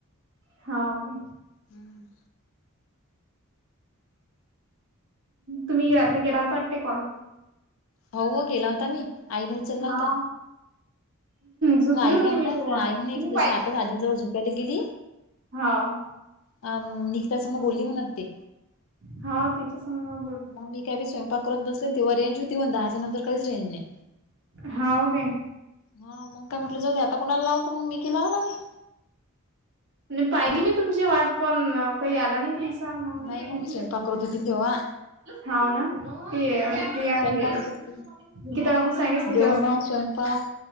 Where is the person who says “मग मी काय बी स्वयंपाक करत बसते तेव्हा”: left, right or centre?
Left